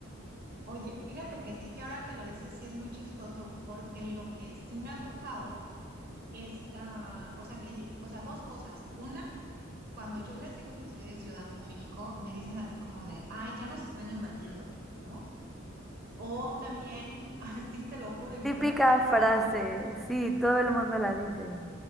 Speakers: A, on the right; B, in the centre.
A: oye, fíjate que sí que ahora que lo dices sí es muy chistoso porque lo que sí me ha tocado es, ah, o sea, que, di- o sea, dos cosas. Una, cuando yo les digo que soy de Ciudad de México, me dicen así como de, ay, ya nos están invadiendo. ¿no? O también, <laughs> así te lo juro, y me
B: Típica
A: lo han dicho varias
B: frase,
A: veces.
B: sí, todo el mundo la dice.